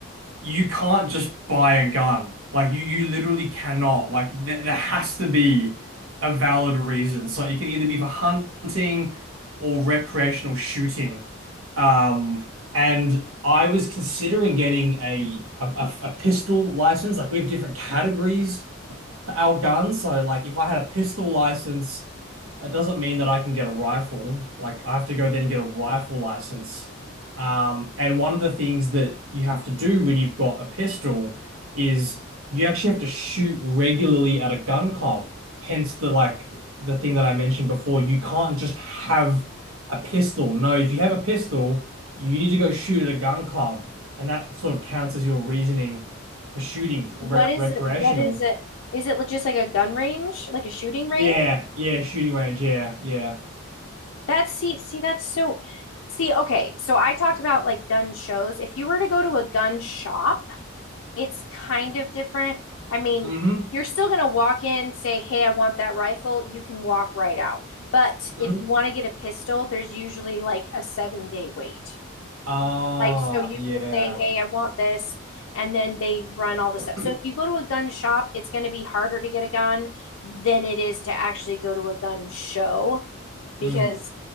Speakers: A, on the right; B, on the left.
A: You can't just buy a gun. Like you you literally cannot. Like th there has to be a valid reason. So it can either be for hunting or recreational shooting. Um, and I was considering getting a a, a a pistol license. Like we have different categories for our gun. So like if I had a pistol license, it doesn't mean that I can get a rifle. Like I have to go then and get a rifle license. Um, and one of the things that you have to do when you've got a pistol is you actually have to shoot regularly at a gun club. Hence the like the thing that I mentioned before. You can't just have a pistol. No, if you have a pistol, you need to go shoot at a gun club. And that sort of counts as your reasoning for shooting
B: What
A: rec
B: is
A: recreational.
B: it? What is it? Is it just like a gun range, like a shooting range?
A: Yeah, yeah, shooting range, yeah, yeah.
B: That's see, see, that's so. See, okay, so I talked about like gun shows. If you were to go to a gun shop, it's kind of different. I mean,
A: Mm-hmm.
B: you're still going to walk in, say, Hey, I want that rifle. You can walk right out. But
A: Mm-hmm.
B: if you want to get a pistol, there's usually like a seven day wait.
A: Ah,
B: Like, so you
A: yeah.
B: can say, Hey, I want this. And then they run all the
A: <clears throat>
B: stuff. So if you go to a gun shop, it's going to be harder to get a gun than it is to actually go to a gun show
A: Mm.
B: because